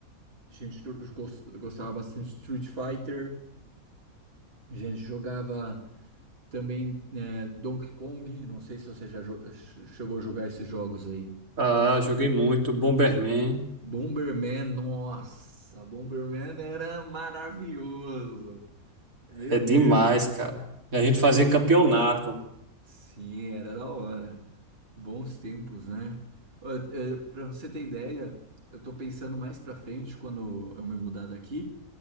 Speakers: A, on the right; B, on the right.
A: a gente go- gostava bastante de Street Fighter, a gente jogava. Também é, Donkey Kong, não sei se você já jo- ch- chegou a jogar esses jogos aí.
B: Ah, joguei muito, Bomberman.
A: Bomberman, nossa, Bomberman era maravilhoso. Meu
B: É demais,
A: Deus.
B: cara. E a gente
A: Tem-
B: fazer campeonato.
A: Sim, era da hora. Bons tempos, né? para você ter ideia, eu tô pensando mais pra frente, quando eu me mudar daqui,